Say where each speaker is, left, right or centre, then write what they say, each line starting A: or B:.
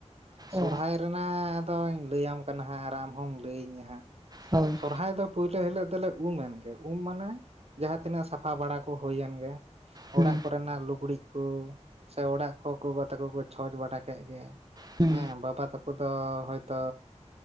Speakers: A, on the right; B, on the right.
A: ᱥᱚᱨᱦᱟᱭ
B: ᱚ
A: ᱨᱮᱱᱟᱜ ᱟᱫᱚᱧ ᱞᱟᱹᱭᱟᱢ ᱠᱟᱱᱟ ᱦᱟᱸᱜ ᱟᱨ ᱟᱢ ᱦᱚᱢ ᱞᱟᱹᱭᱟᱹᱧᱟᱹ ᱦᱟᱸᱜ
B: ᱦᱚᱭ
A: ᱥᱚᱨᱦᱟᱭ ᱫᱚ ᱯᱳᱭᱞᱳ ᱦᱤᱞᱳᱜ ᱫᱚᱞᱮ ᱩᱢ ᱮᱱ ᱜᱮ ᱩᱢ ᱢᱟᱱᱮ ᱡᱟᱦᱟᱸ ᱛᱤᱱᱟᱹᱜ ᱥᱟᱯᱷᱟ ᱵᱟᱲᱟ ᱠᱚ ᱦᱩᱭᱮᱱ ᱜᱮ
B: ᱦᱩᱸ
A: ᱚᱲᱟᱜ ᱠᱚᱨᱮᱱᱟᱜ ᱞᱩᱜᱽᱲᱤᱡ ᱠᱚ ᱥᱮ ᱚᱲᱟᱜ ᱠᱚ ᱜᱚᱜᱚ ᱛᱟᱠᱚ ᱠᱚ ᱪᱷᱚᱸᱪ ᱵᱟᱰᱟ ᱠᱮᱫ ᱜᱮ
B: ᱦᱩᱸ
A: ᱦᱮᱸ ᱵᱟᱵᱟ ᱛᱟᱠᱚ ᱫᱚ ᱦᱚᱭᱛᱚ